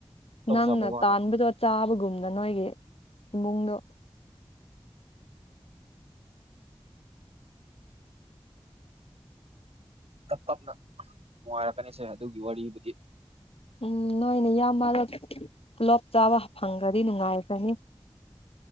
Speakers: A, on the right; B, on the left.
A: ꯇꯧꯖꯕ
B: ꯅꯪꯅ
A: ꯋꯥꯅꯤ
B: ꯇꯥꯟꯕꯗꯣ ꯆꯥꯕꯒꯨꯝꯅ ꯅꯣꯏꯒꯤ ꯏꯃꯨꯡꯗꯣ
A: ꯇꯞ ꯇꯞꯅ ꯅꯨꯡꯉꯥꯏꯔꯛꯀꯅꯤꯁꯦ ꯑꯗꯨꯒꯤ ꯋꯥꯔꯤꯕꯨꯗꯤ
B: ꯎꯝ ꯅꯣꯏ ꯅꯌꯥꯝꯕꯗꯣ ꯄꯨꯂꯣꯞ ꯆꯥꯕ ꯐꯪꯉꯗꯤ ꯅꯨꯡꯉꯥꯏꯈ꯭ꯔꯅꯤ